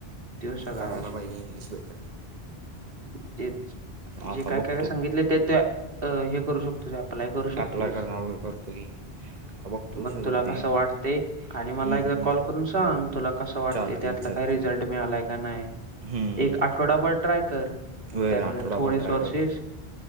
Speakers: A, on the right (about 60°); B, on the right (about 40°).
A: तो सगळा
B: करायला
A: विषय.
B: पाहिजे इंग्लिश बेटर
A: तेच
B: आता बघ
A: सागितलं ते ते हे करू शकतो तुझ अप्लाय करू शकतेस
B: ॲप्लाय करणार वगैरे करतो की आता बघतो
A: बघ
B: सगळं
A: तुला कसं
B: ते
A: वाटते आणि
B: हम्म,
A: मला एकदा
B: हम्म.
A: कॉल करून सांग तुला कसं वाटते
B: चालते
A: त्यातला
B: की चालते
A: काय रिझल्ट मिळालाय का नाही.
B: हम्म
A: एक आठवडाभर ट्राय कर.
B: होय
A: त्यातले
B: आठवडाभर
A: थोडे सोर्सेस
B: ट्राय कर.